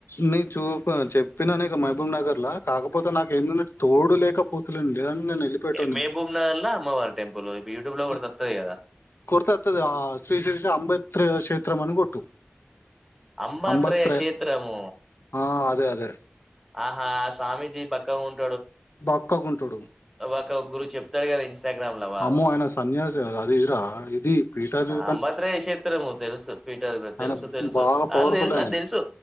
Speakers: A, on the left; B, in the centre.
A: నీ చూపు చెపిన నే మహబూబ్ నగర్ల కాకపోతే నాకు ఎందన్నటు తోడు లేకపోతే తలేన్ లేదు అంటే నేను ఎళ్ళిపోయేటొడ్ని
B: మహబూబ్ నగర్ లో అమ్మవారి టెంపుల్ ఇప్పుడు యూట్యూబ్ లో కూడా
A: అ
B: వత్తది కదా
A: కొడితే ఒత్తది ఆ శ్రీ శిరీష అబేత్ర కేత్రం అని కొట్టు
B: అంబత్రేయశేత్రము
A: అంబత్రే ఆ అదే అదే
B: ఆహా ఆ స్వామిజీ బక్క ఉన్
A: బక్కగుంటాడు
B: ఒక గురువు చెప్తాడు కదా ఇన్స్టాగ్రామ్ లో బాగా
A: అమ్మో ఆయన సన్యాసి కదా అది ఇరా ఇది పీఠాభి
B: అంబేత్రయ క్షేత్రము తెలుసు పీఠాభిమం
A: ఆయన
B: తెలుసు తెలుసు
A: బాగా పవర్ఫుల్
B: అ తెలుసు
A: ఆయన
B: అది తెలుసు